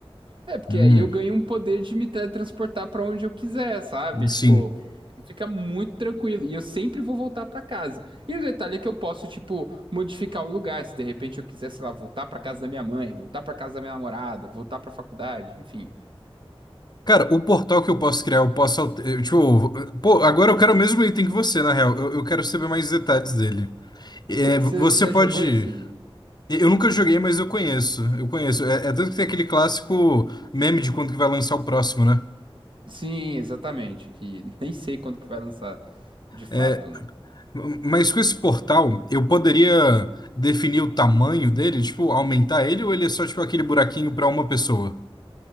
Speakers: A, on the right (about 60°); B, on the left (about 45°).
A: É, porque
B: Hum,
A: aí eu ganho um poder de me teletransportar pra onde eu quiser, sabe?
B: sim.
A: Tipo, fica muito tranquilo. E eu sempre vou voltar pra casa. E o detalhe é que eu posso, tipo, modificar o lugar. Se de repente eu quiser, sei lá, voltar pra casa da minha mãe, voltar pra casa da minha namorada, voltar pra faculdade, enfim.
B: Cara, o portal que eu posso criar, eu posso. alter- eu, Tipo, pô, agora eu quero o mesmo item que você, na real. Eu, eu quero saber mais detalhes dele. É,
A: Você
B: você
A: já
B: pode.
A: jogou esse?
B: Eu nunca joguei, mas eu conheço. Eu conheço. É, é tanto que tem aquele clássico meme de quando que vai lançar o próximo, né?
A: Sim, exatamente. Que <laughs> nem sei quando que vai lançar de fato,
B: É,
A: né?
B: Mas com esse portal, eu poderia definir o tamanho dele, tipo, aumentar ele ou ele é só tipo aquele buraquinho para uma pessoa?